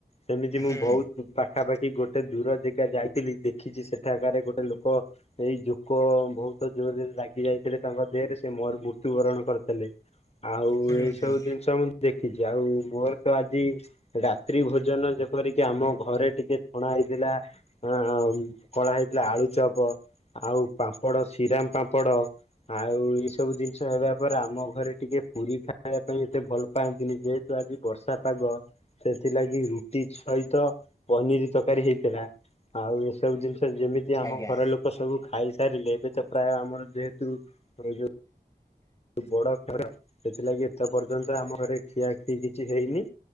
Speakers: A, on the left; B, on the left.
A: ସେମିତି ମୁଁ
B: ହୁଁ
A: ବହୁତ୍ ପାଖାପାଖି ଗୋଟେ ଦୂର ଯେଗା ଯାଇଥିଲି ଦେଖିଛି। ସେଠାକାରେ ଗୋଟେ ଲୋକ ଏଇ ଜୋ କୋ ବୋହୁତ ଜୋରେ ଲାଗି ଯାଇଥିଲେ ତାଙ୍କ ଦେହରେ ସେ ମୃତ୍ୟୁବରଣ କରିଥିଲେ। ଆଉ
B: ହୁଁ
A: ଏଇ ସବୁ
B: ହୁଁ
A: ଜିନିଷ ମୁଁ ଦେଖିଛି। ଆଉ ମୋର ତ ଆଜି ରାତ୍ରି ଭୋଜନ ଯେପରିକି ଆମ ଘରେ ଟିକେ ଛଣା ହେଇଥିଲା ହଁ କଳା ହେଇଥିଲା ଆଳୁ ଚପ ଆଉ ପାମ୍ପଡ଼ ସିରାମ ପାମ୍ପଡ଼ ଆଉ ଏଇ ସବୁ ଜିନିଷ ହେବା ପରେ ଆମ ଘରେ ଟିକେ ପୁରୀ ଖାଇବା ପାଇଁ ଏତେ ଭଲ ପାନ୍ତିନି ଯେହେତୁ ଆଜି ବର୍ଷା ପାଗ ସେଥିଲାଗି ରୁଟି ସହିତ ପନିର୍ ତରକାରୀ ହେଇଥିଲା। ଆଉ ଏସବୁ ଜିନିଷ ଯେମିତି ଆମ
B: ଆଜ୍ଞା
A: ଘର ଲୋକ ସବୁ ଖାଇସାରିଲେ ଏବେ ତ ପ୍ରାୟ ଆମର ଯେ ହେତୁ <unintelligible> ବଡ ଘର ସେଥିଲାଗି ଏତେ ପର୍ଯ୍ୟନ୍ତ ଆମ ଘରେ ଖିଆଖିଇ କିଛି ହେଇନି।